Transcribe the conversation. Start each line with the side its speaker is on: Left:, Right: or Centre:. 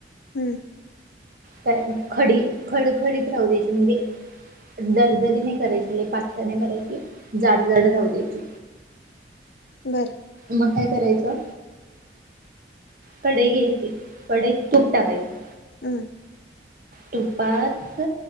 Left: हम्म.
Right: काय खडी खडखडीत राहू द्यायची, म्हणजे दरदरी नाही करायची, लई पातळ नाही करायची. जाड जाड राहू द्यायची.
Left: बरं.
Right: मग काय करायचं? कढई घ्यायची कढईत तूप टाकायचं.
Left: हम्.
Right: तुपात